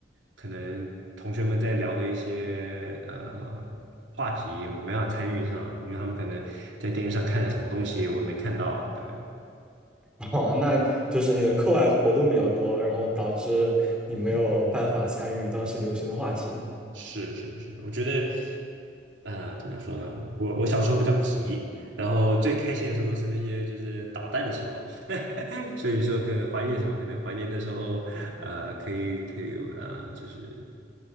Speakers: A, on the right (about 80°); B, in the centre.
A: 可能同学们在聊的一些呃话题，我没办法参与上，因为他们可能在电视上看了什么东西，我没看到，对。
B: <laughs> 哦，那就是你的课外活动比较多，然后导致你没有办法参与当时流行的话题，
A: 是是是，我觉得，啊，怎么说呢？我我小时候比较皮，然后最开心的时候都是那些就是捣蛋的时候，<laughs> 所以说可能怀念什么？可能怀念的时候，呃，可以可以呃，就是